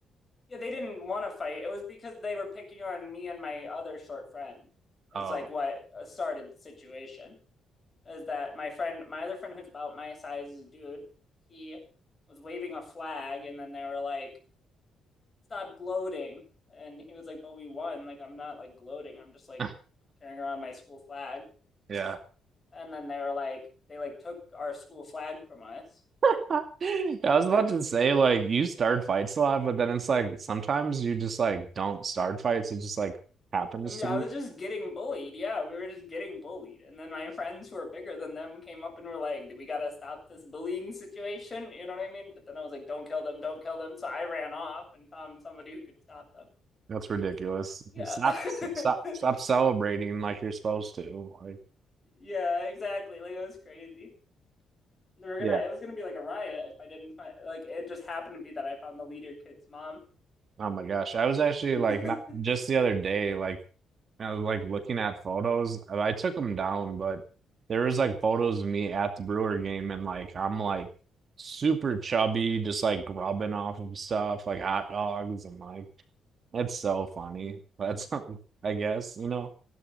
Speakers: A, on the left (about 30°); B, on the right (about 50°).
A: Yeah, they didn't want to fight. It was because they were picking on me and my other short friend. Is
B: Oh,
A: like what uh, started the situation. Is that my friend, my other friend who's about my size is a dude. He was waving a flag and then they were like, "Stop gloating." And he was like, "But we won. Like I'm not like gloating. I'm just like
B: <laughs>
A: carrying around my school flag."
B: yeah.
A: And then they were like, they like took our school flag from us.
B: <laughs> I was about
A: And
B: to
A: then
B: say, like, you start fights a lot, but then it's like sometimes you just like don't start fights. It just like happens
A: I mean,
B: to
A: I
B: you.
A: was just getting bullied. Yeah, we were just getting bullied. And then my friends who are bigger than them came up and were like, "Do we gotta stop this bullying situation?" You know what I mean? But then I was like, "Don't kill them, don't kill them." So I ran off and found somebody who could stop them.
B: That's ridiculous.
A: Yeah.
B: Stop,
A: <laughs>
B: stop, stop celebrating like you're supposed to. Like,
A: Yeah, exactly. Like it was crazy. They were gonna
B: yeah.
A: it was gonna be like a riot if I didn't find like it just happened to be that I found the leader kid's mom.
B: Oh my gosh. I was actually
A: <laughs>
B: like
A: I'm
B: not just the other day, like I was like looking at photos. I took them down, but there was like photos of me at the Brewer game and like I'm like super chubby, just like grubbing off of stuff, like hot dogs and like that's so funny. That's <laughs> I guess, you know.